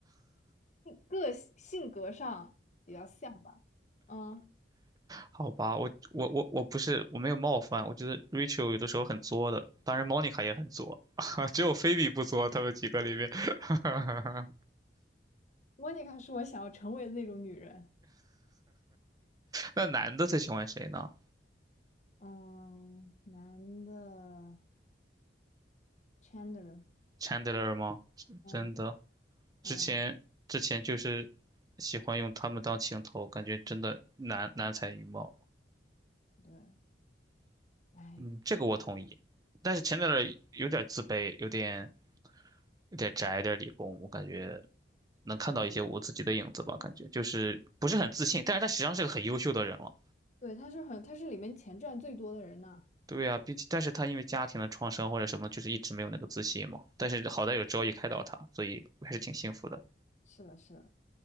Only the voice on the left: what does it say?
个性性格上比较像吧，嗯。
莫妮卡是我想要成为的那种女人。
嗯，男的 Chandler，
嗯
嗯，
对，哎，
对的，
对，他是很，他是里面钱赚最多的人呢。
是的，是的，